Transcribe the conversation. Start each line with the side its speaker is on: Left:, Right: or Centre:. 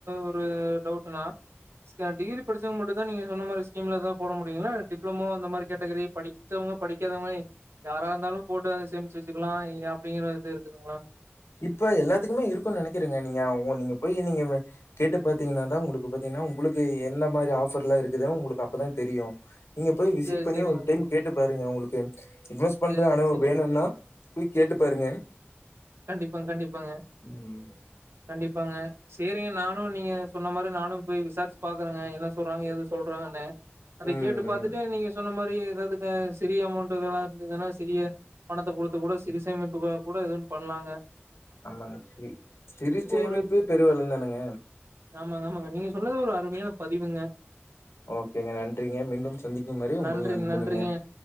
Right: ஒரு டவுட்னா டிகிரி படிச்ச மட்டும் தான் நீங்க சொன்ன மாரி ஸ்கீம்ல தான் போட முடி அப்டிங்களா டிப்ளமோ அந்த மாரி கேட்டகிரி படிச்சவங்க படிக்காதவங்க யாரா இருந்தாலும் போட்டு அதை சேமிச்சு வச்சுக்கலாம் அப்படிங்கறது இருக்குதுங்களா
Left: இப்ப எல்லாத்துக்குமே இருக்கும்னு நினைக்கிறறேங்க நீங்க நீங்க போய் நீங்க கேட்டு பாத்தீங்கன்னா தான் உங்களுக்கு பாத்தீங்கன்னா உங்களுக்கு எந்த மாதிரி ஆஃபர் எல்லாம் இருக்குது உங்களுக்கு அப்பதான் தெரியும் நீங்க போய் விசிட்
Right: சரி,
Left: பண்ணி
Right: சரிங்க.
Left: ஒரு டைம் கேட்டு பாருங்க உங்களுக்கு இன்வெஸ்ட் பண்ற
Right: சரிங்க,
Left: அளவு
Right: சரிங்க.
Left: வேணும்னா போய் கேட்டு பாருங்க
Right: கண்டிப்பாங்க கண்டிப்பாங்க
Left: ம்.
Right: கண்டிப் ப்பாங்க சேரிங்க நானும் நீங்க சொன்ன மாரி நானும் போய் விசாரிச்சு பாக்குறங்க என்ன சொல்றாங்க ஏது சொல்றாங்கன்னு அதை
Left: ம்,
Right: கேட்டு பாத்துட்டு
Left: ம்.
Right: நீங்க சொன்ன மாரி ஏதாவது சிறிய அமௌண்ட இருதுன்னா சிறிய பணத்தை குடுத்து கூட சிறு சேமிப்பு கூட பண்ணலாங்க
Left: ஆமாங்க சிறு சேமிப்பு
Right: ஒரு
Left: பெருவெள்ளம் தானங்க
Right: ஆமாங்க ஆமாங்க நீங்க சொன்னது ஒரு அருமையான பதிவுங்க
Left: ஓகேங்க நன்றிங்க மீண்டும் சந்திக்கும் மாதிரி உங்களுக்கு
Right: நன்றி
Left: நண்பனுங்க
Right: நன்றிங்க